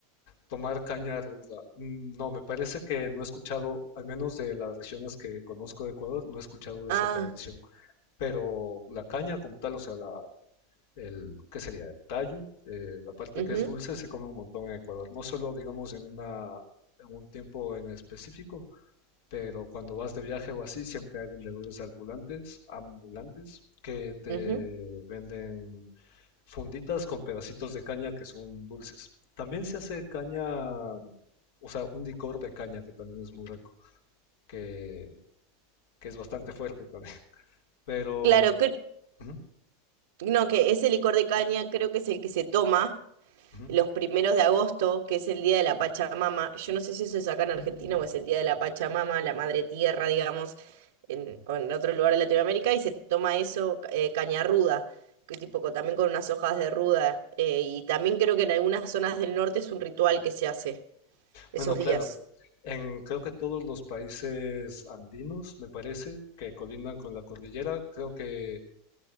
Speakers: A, on the left; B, on the right.
A: Tomar caña ruda. Mm, No, me parece que no he escuchado, al menos de las regiones que conozco de Ecuador, no he escuchado de
B: Ah,
A: esa tradición. Pero la caña como tal, o sea, la, el, ¿qué sería? El tallo, eh, la parte
B: ujú,
A: que es dulce se come un montón en Ecuador, no solo digamos en una, en un tiempo en específico, pero cuando vas de viaje o así siempre hay vendedores ambulantes, ambulantes que te
B: ujú.
A: venden funditas con pedacitos de caña que son dulces. También se hace caña, o sea, un licor de caña que también es muy rico, que, que es bastante fuerte también, <laughs> pero...
B: Claro, que,
A: ujú,
B: no, que ese licor de caña creo que es el que se toma.
A: ujú,
B: los primeros de agosto, que es el Día de la Pachamama. Yo no sé si eso es acá en Argentina
A: mm.
B: o es el Día de la Pachamama, la Madre Tierra, digamos, en, o en otro lugar de Latinoamérica, y se toma eso, eh, caña ruda, que tipo co- también con unas hojas de ruda. eh, y también creo que en algunas zonas del norte es un ritual que se hace esos
A: Bueno, claro,
B: días.
A: en creo que todos los países andinos, me parece, que colindan con la cordillera, creo que